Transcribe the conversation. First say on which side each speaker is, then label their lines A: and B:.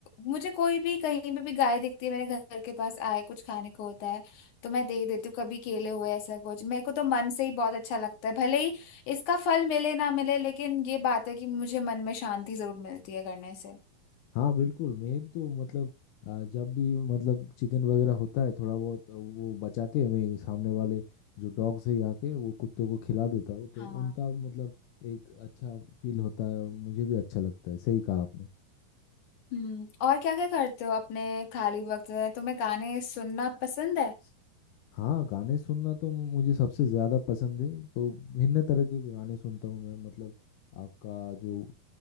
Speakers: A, on the left; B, on the left.
A: मुझे कोई भी कहीं पे भी गाय दिखती है मेरे घर के पास आए कुछ खाने को होता है तो मैं दे देती हूँ कभी केले हुए ऐसा कुछ मेरे को तो मन से ही बहुत अच्छा लगता है भले ही इसका फल मिले ना मिले लेकिन ये बात है कि मुझे मन में शांति जरूर मिलती है करने से
B: हाँ बिल्कुल मैं तो मतलब अ, जब भी मतलब चिकन वगैरह होता है थोड़ा बहुत आ, वो बचा के मैं सामने वाले जो डॉग्स है आके वो कुत्तों को खिला देता हूँ
A: हाँ
B: तो उनका मतलब एक अच्छा फील होता है और मुझे भी अच्छा लगता है सही कहा आपने
A: हम्म और क्या क्या करते हो अपने खाली वक्त में तुम्हें गाने सुनना पसंद है
B: हाँ गाने सुनना तो मुझे सबसे ज़्यादा पसंद है तो भिन्न तरह के गाने सुनता हूँ मैं मतलब आपका जो अ,